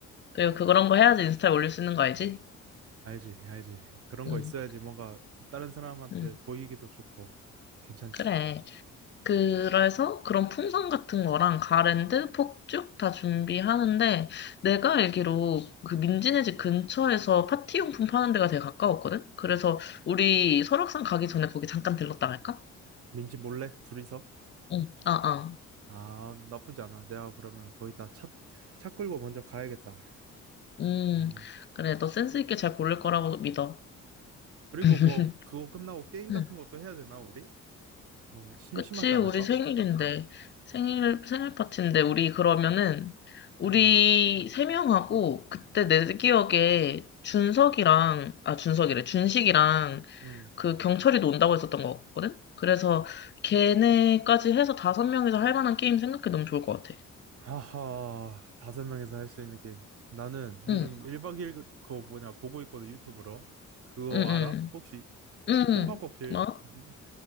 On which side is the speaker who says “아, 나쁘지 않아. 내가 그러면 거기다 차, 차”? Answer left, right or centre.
Right